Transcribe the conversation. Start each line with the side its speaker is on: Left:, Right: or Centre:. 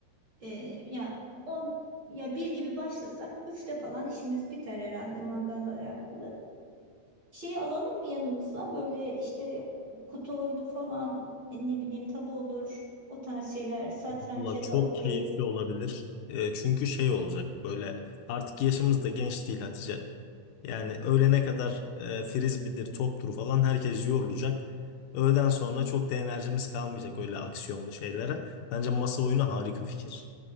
Right: e, yani on ya bir gibi başlasak üçte falan işimiz biter herhalde mangalla alakalı. Şeyi alalım mı yanımıza? Böyle işte kutu oyunu falan e, ne bileyim tabu olur. O tarz şeyler satranç
Left: Valla
Right: ya
Left: çok
Right: da okey.
Left: keyifli olabilir. E, çünkü şey olacak böyle artık yaşımız da genç değil Hatice. Yani öğlene kadar e, frisbee'dir, toptur falan herkes yorulacak. Öğleden sonra çok da enerjimiz kalmayacak öyle aksiyonlu şeylere. Bence masa oyunu harika fikir.